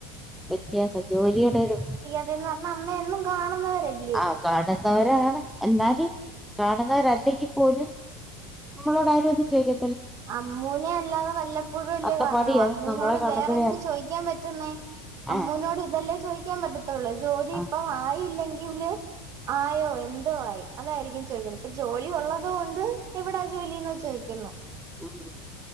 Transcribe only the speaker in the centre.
വ്യത്യാസം ജോലിയുടെ ഒരു
അതാണ് ന്നവരാണ് എന്നാല് കാണുന്നവരല്ലെങ്കിപ്പോലും നമ്മളോട് ആരും ഒന്നും ചോദിക്ക
അത്തപ്പാടിയാണ്
നമ്മളെ കാണുമ്പോഴേ
അറിയാം
ആ
ആ
ഉം ഉം